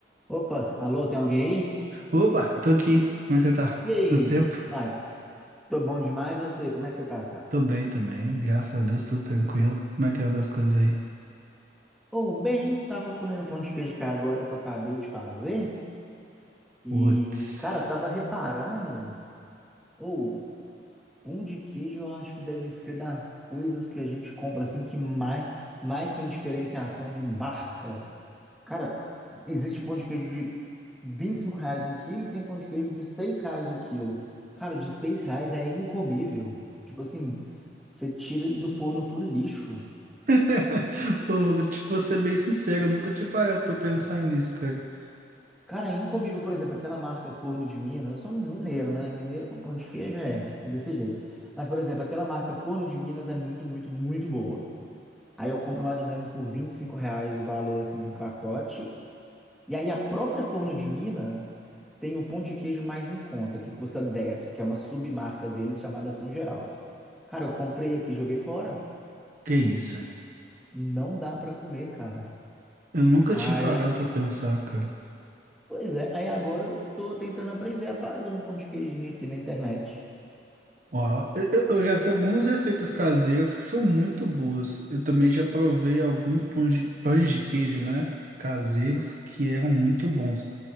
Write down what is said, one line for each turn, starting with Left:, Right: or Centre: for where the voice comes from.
Centre: Opa, alô, tem alguém aí?
Right: Opa, tô aqui. Como é que você tá?
Centre: E aí?
Right: Quanto tempo?
Centre: Vai, tô bom demais, eu sei. Como é que você tá, cara?
Right: Tô bem também, graças a Deus, tudo tranquilo. Como é que anda as coisas aí?
Centre: Ô, bem, tava comendo pão de queijo que agora que eu acabei de fazer. E,
Right: Putz.
Centre: cara, tava reparando. Ou, pão de queijo eu acho que deve ser das coisas que a gente compra assim que mais, mais tem diferenciação de marca. Cara, existe pão de queijo de 25 reais um quilo e tem pão de queijo de 6 reais o quilo. Cara, o de 6 reais é incomível. Tipo assim, você tira ele do forno pro lixo.
Right: <laughs> Pô, vou te- vou ser bem sincero, eu nunca tinha parado pra pensar nisso, cara.
Centre: Cara, é incomível, por exemplo, aquela marca Forno de Minas. Eu sou mineiro, né? Mineiro com pão de queijo é, é desse jeito. Mas, por exemplo, aquela marca Forno de Minas é muito, muito, muito boa. Aí eu compro mais ou menos por 25 reais o valor assim, de um pacote E aí a própria Forno de Minas tem o pão de queijo mais em conta, que custa 10, que é uma submarca deles chamada São Geraldo. Cara, eu comprei aqui, joguei fora.
Right: Que isso, hein?
Centre: Não dá para comer, cara.
Right: Eu nunca
Centre: Aí,
Right: tinha parado pra pensar, cara.
Centre: pois é, aí agora eu tô tentando aprender a fazer um pão de queijinho aqui na internet.
Right: Ó, eu- eu já vi algumas receitas caseiras que são muito boas. Eu também já provei alguns pães de, pães de queijo, né? Caseiros que eram muito bons.